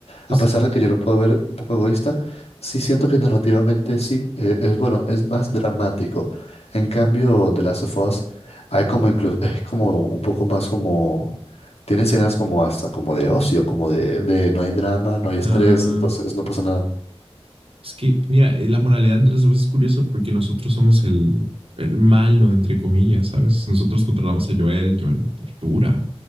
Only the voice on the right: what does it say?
es,
uh,
Es que, mira, eh, la moralidad entre los dos es curioso porque nosotros somos el, el malo, entre comillas, ¿sabes? Nosotros controlamos a Joel, Joel tortura,